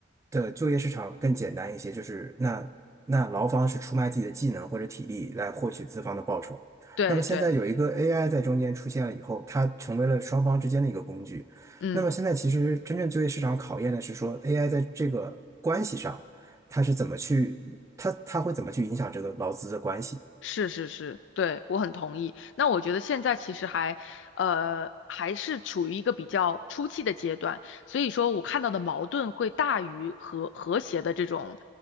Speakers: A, on the right; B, on the left.
A: 的就业市场更简单一些，就是那那劳方是出卖自己的技能或者体力来获取资方的报酬。
B: 对对，
A: 那么现在有一个 AI 在中间出现了以后，它成为了双方之间的一个工具。
B: 嗯。
A: 那么现在其实真正就业市场考验的是说 AI 在这个关系上，它是怎么去，它它会怎么去影响这个劳资的关系。
B: 是是是，对，我很同意。那我觉得现在其实还，呃，还是处于一个比较初期的阶段，所以说我看到的矛盾会大于和和谐的这种